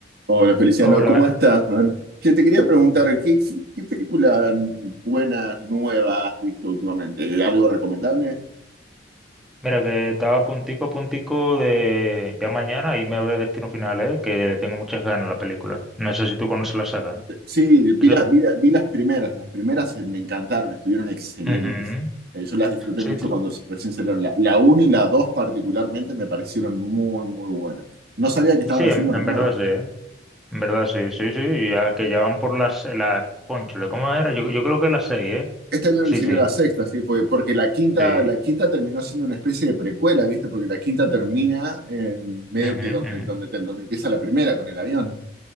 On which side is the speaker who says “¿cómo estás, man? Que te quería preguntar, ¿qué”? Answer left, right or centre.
Right